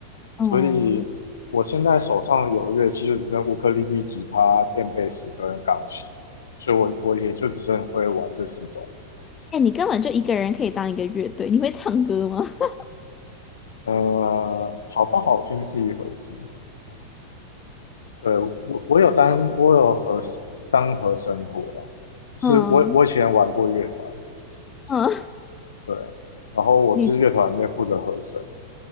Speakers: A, on the left; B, on the left.
A: 嗯，
B: 所以我现在手上有的乐器就只剩乌克丽丽、吉他、电贝斯跟钢琴，所以我我也就只剩会玩这四种。
A: 哎，你根本就一个人可以当一个乐队，你会唱歌吗？<laughs>
B: 呃，好不好听是一回事，对，我我有当我有和当和声过啦，就是我我以前玩过乐团，
A: 嗯嗯，
B: 对，然后我是乐团里面负责和声。
A: 你